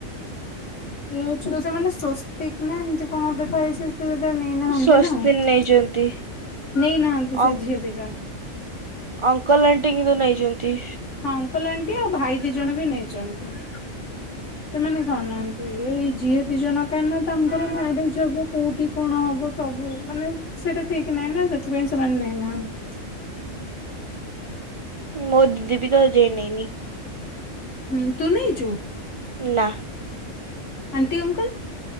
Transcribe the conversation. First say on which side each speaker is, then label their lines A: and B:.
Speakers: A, on the left; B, on the right.
A: ଇଏଉଛି ତ ସ୍ୱସ୍ତିକ ନା ଏମିତି କଣ ଗୋଟେ ଥାଏ ସେ ନାହାନ୍ତି
B: ସ୍ୱସ୍ତିନ
A: ନା ନେଇ
B: ନେଇଛନ୍ତି
A: ନାହାନ୍ତି
B: ଅଂ
A: ସେ ଝିଅବ ତ
B: ଅଙ୍କଲ ଆଣ୍ଟି କିନ୍ତୁ ନେଇଛନ୍ତି।
A: ହଁ ଅଙ୍କଲ ଆଣ୍ଟି ଆଉ ଭାଇ ଦି ଜଣ ବି ନେଇଛନ୍ତି ସେମାନେ ଖାଉନାହାନ୍ତି ଏଇ ଯିଏ ଦି ଜଣ କାହିଁକି ନା ତାଙ୍କର ମ୍ୟାରେଜ ହବ କୋଉଠି କଣ ହବ ସବୁ ମାନେ ସେଇଟା ଠିକ ନାହିଁ ନା ସେଥିପାଇଁ ସେମାନେ ନେଇନାହାନ୍ତି।
B: ମୋଦି ଦ ବି ତ ଅଜେ ନେଇ ନିି।
A: ହୁଁ ତୁ ନହି ଯୁ
B: ନା
A: ଆଣ୍ଟି ଅଙ୍କଲ।